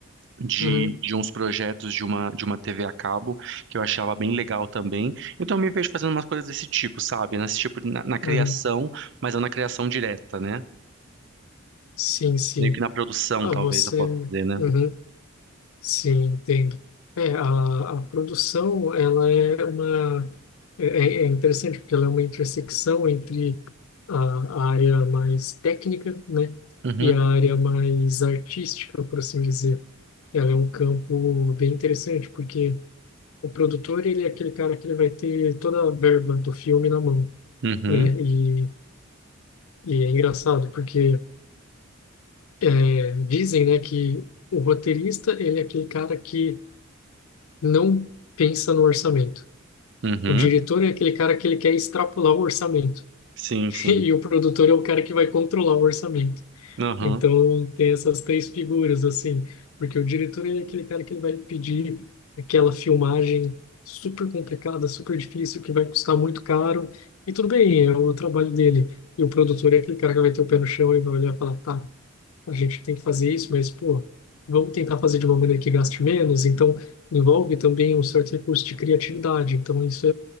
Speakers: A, on the right; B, on the left.
A: de,
B: Uhum.
A: de uns projetos de uma de uma TV a cabo, que eu achava bem legal também. Então eu me vejo fazendo umas coisas desse tipo, sabe? Nesse tipo na, na criação,
B: Uhum.
A: mas não na criação direta, né?
B: Sim, sim.
A: Meio que na produção,
B: Ah,
A: talvez
B: você.
A: eu possa dizer, né?
B: Uhum. Sim, entendo. É, a, a produção, ela é uma... É, é é interessante porque ela é uma intersecção entre a, a área mais técnica, né?
A: Uhum,
B: E a área mais artística, por assim dizer. Ela é um campo bem interessante, porque o produtor, ele é aquele cara que ele vai ter toda a verba do filme na mão,
A: uhum,
B: né? E, e é engraçado, porque é, dizem, né, que o roteirista, ele é aquele cara que não pensa no orçamento.
A: uhum.
B: O diretor é aquele cara que ele quer extrapolar o orçamento.
A: Sim,
B: <laughs>
A: sim.
B: E o produtor é o cara que vai controlar o orçamento.
A: Aham.
B: Então, tem essas três figuras, assim. Porque o diretor é aquele cara que ele vai pedir aquela filmagem super complicada, super difícil, que vai custar muito caro. E tudo bem, é o trabalho dele. E o produtor é aquele cara que vai ter o pé no chão e vai olhar e falar, tá, a gente tem que fazer isso, mas, pô, vamos tentar fazer de uma maneira que gaste menos. Então, envolve também um certo recurso de criatividade. Então, isso